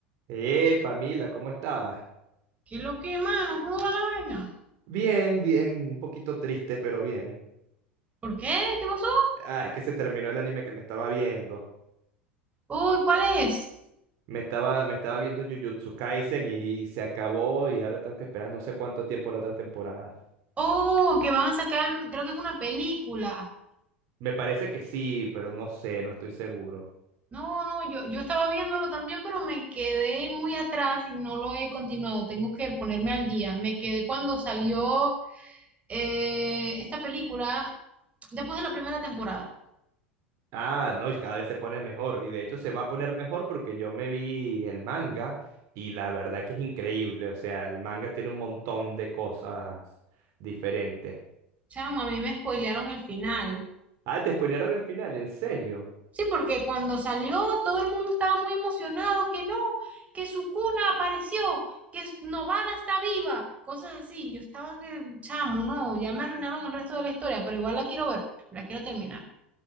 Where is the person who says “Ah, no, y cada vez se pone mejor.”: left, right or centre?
Right